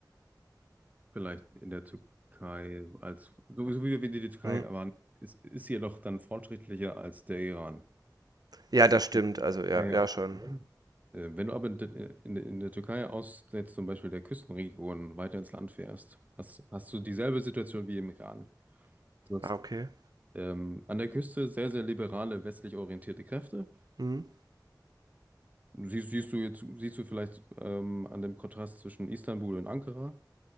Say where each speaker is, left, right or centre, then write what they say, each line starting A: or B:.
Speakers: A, on the right; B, on the right.
A: vielleicht in der Türkei als, so so wie wir die Türkei
B: Mhm.
A: waren, ist, ist sie jedoch dann fortschrittlicher als der Iran.
B: Ja, das stimmt.
A: Die
B: Also
A: Türkei
B: ja, ja
A: aus,
B: schon.
A: ne? Äh, Wenn du aber in, de- in, in der Türkei aus jetzt zum Beispiel der Küstenregion weiter ins Land fährst, hast, hast du dieselbe Situation wie im Iran. Du hast
B: Ah, okay.
A: ähm, an der Küste sehr, sehr liberale, westlich orientierte Kräfte.
B: Mhm.
A: Sie, siehst du jetzt, siehst du vielleicht ähm, an dem Kontrast zwischen Istanbul und Ankara.